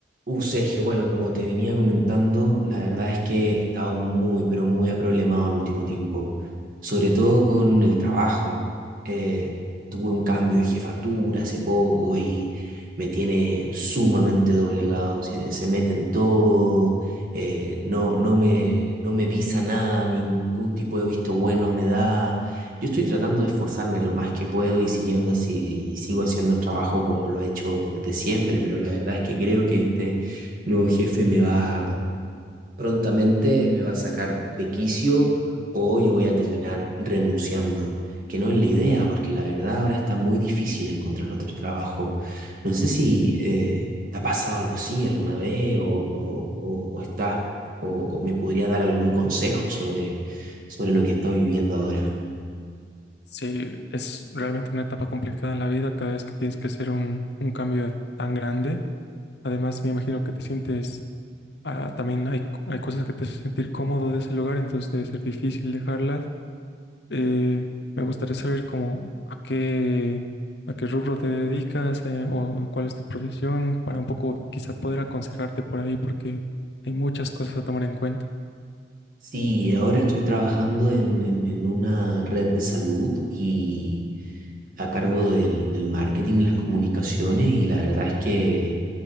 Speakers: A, on the right; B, on the left.
A: Uh, Sergio, bueno, como te venía comentando, la verdad es que he estado muy, pero muy aproblemado el último tiempo, sobre todo con el trabajo. Eh, tuve un cambio de jefatura hace poco y me tiene sumamente doblegado, se, se mete en todo, eh, no, no me, no me visa nada, ningún tipo de visto bueno me da. Yo estoy tratando de esforzarme lo más que puedo y siguiendo así, y sigo haciendo el trabajo como lo he hecho desde siempre, pero la verdad es que creo que este nuevo jefe me va prontamente, me va a sacar de quicio o yo voy a terminar renunciando, que no es la idea, porque la verdad ahora está muy difícil encontrar otro trabajo. No sé si eh, te ha pasado algo así alguna vez o, o, o- o estás, o, o me podría dar algún consejo sobre, sobre lo que estoy viviendo ahora.
B: Sí, es realmente una etapa complicada en la vida cada vez que tienes que hacer un, un cambio tan grande. Además, me imagino que te sientes, ah, también hay, hay cosas que te hacen sentir cómodo de ese lugar, entonces debe ser difícil dejarlas. Eh, me gustaría saber cómo, a qué, a qué rubro te dedicas, eh, o cuál es tu profesión, para un poco quizá poder aconsejarte por ahí, porque hay muchas cosas a tomar en cuenta.
A: Sí, ahora estoy trabajando en, en en una red de salud y... a cargo del, del marketing, y las comunicaciones y la verdad es que